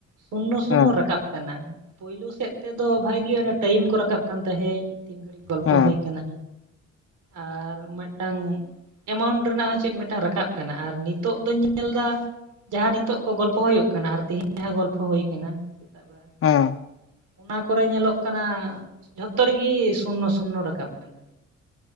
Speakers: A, on the right (about 80°); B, on the left (about 45°).
A: ᱥᱩᱱᱱᱚ ᱥᱩᱱᱱᱚ
B: ᱦᱮᱸ
A: ᱨᱟᱠᱟᱵ ᱠᱟᱱᱟ ᱯᱩᱭᱭᱞᱩ ᱥᱮᱫ ᱛᱮᱫᱚ ᱵᱷᱟᱜᱤ ᱚᱱᱮ ᱴᱟᱭᱤᱢ ᱠᱚ ᱨᱟᱠᱟᱵ ᱠᱟᱱ ᱛᱟᱦᱮᱸᱡ ᱛᱤᱱ ᱜᱷᱟᱹᱲᱤᱡ ᱜᱚᱞᱯᱚ
B: ᱦᱮᱸ
A: ᱦᱩᱭ ᱟᱠᱟᱱᱟ ᱟᱨ ᱢᱮᱫᱴᱟᱝ ᱮᱢᱟᱣᱩᱱᱴ ᱨᱮᱱᱟᱜ ᱦᱚᱸ ᱪᱮᱫ ᱢᱤᱫᱴᱟᱝ ᱨᱟᱠᱟᱵ ᱠᱟᱱᱟ ᱟᱨ ᱱᱤᱛᱚᱜ ᱫᱚᱧ ᱧᱮᱞ ᱫᱟ ᱡᱟᱦᱟᱸ ᱱᱤᱛᱚᱜ ᱠᱚ ᱜᱚᱞᱯᱚ ᱦᱳᱭᱳᱜ ᱠᱟᱱᱟ᱾ ᱟᱨ ᱛᱤᱦᱤᱧ ᱡᱟᱦᱟᱸ ᱜᱚᱞᱯᱚ ᱦᱳᱭ ᱟᱠᱟᱱᱟ ᱾ ᱥᱮᱛᱟᱜ ᱵᱮᱲᱟ ᱡᱟᱦᱟᱸ
B: ᱦᱮᱸ
A: ᱚᱱᱟ ᱠᱚᱨᱮ ᱧᱮᱞᱚᱜ ᱠᱟᱱᱟ ᱡᱷᱚᱛᱚ ᱨᱮᱜᱮ ᱥᱩᱱᱱᱚ ᱥᱩᱱᱱᱚ ᱨᱟᱠᱟᱵ ᱠᱟᱱᱟ᱾